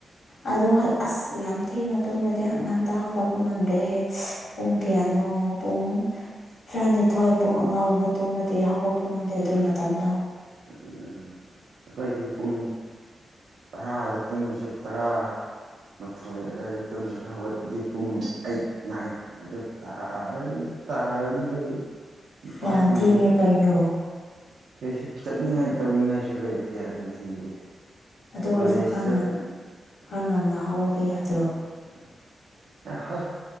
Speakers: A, on the left; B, on the right.
A: ꯑꯗꯣ ꯑꯁ ꯌꯥꯝ ꯊꯦꯡꯅ ꯇꯣꯗꯗꯤ ꯉꯟꯇ ꯍꯧꯒꯠꯄ ꯉꯝꯗ꯭ꯔꯦꯍꯦ ꯄꯨꯡ ꯀꯌꯥꯅꯣ ꯄꯨꯡ ꯇꯔꯥꯅꯤꯊꯣꯏ ꯄꯨꯡ ꯑꯃꯒꯨꯝꯕ ꯇꯨꯡꯃꯗꯤ ꯍꯧꯒꯠꯄ ꯉꯝꯗꯦ ꯑꯗꯨ ꯃꯇꯝꯗꯣ
B: ꯎꯝ ꯑꯩꯈꯣꯏꯗꯤ ꯄꯨꯡ ꯇꯔꯥꯗ ꯇꯃꯤꯟꯅ ꯁꯨꯞ ꯇꯔꯥ ꯃꯊꯣꯏ ꯑꯗꯨꯋꯥꯏꯗ ꯇꯨꯝꯃꯁꯨ ꯍꯧꯒꯠꯄꯗꯤ ꯄꯨꯡ ꯑꯩ ꯏ ꯑꯗꯨ ꯇꯥ ꯑꯗꯨ ꯇꯥꯔꯕꯅꯦ ꯑꯩꯈꯣꯏꯗꯤ ꯅꯨꯄꯥꯁꯤꯡꯕꯨꯗꯤ
A: ꯌꯥꯝ ꯊꯦꯡꯉꯦ ꯀꯩꯅꯣ
B: ꯀꯩꯁꯨ ꯆꯠꯅꯤꯡꯉꯥꯏ ꯇꯧꯅꯤꯡꯉꯥꯏꯁꯨ ꯂꯩꯇꯦ ꯅꯨꯡꯊꯤꯟꯗꯤ
A: ꯑꯗꯨ ꯑꯣꯏꯔꯁꯨ
B: ꯀꯣꯂꯦꯖ
A: ꯈꯔ
B: ꯆꯠ
A: ꯉ ꯈꯔ ꯉꯟꯅ ꯍꯧꯒꯠꯄ ꯌꯥꯗ꯭ꯔꯣ
B: ꯎ ꯑ ꯍꯣꯏ